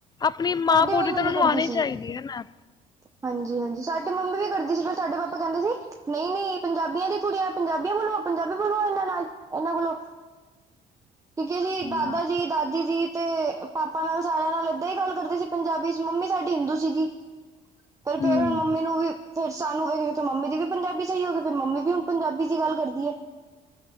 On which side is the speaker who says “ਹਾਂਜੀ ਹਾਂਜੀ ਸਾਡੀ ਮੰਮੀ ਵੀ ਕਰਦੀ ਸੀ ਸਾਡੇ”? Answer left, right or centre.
Right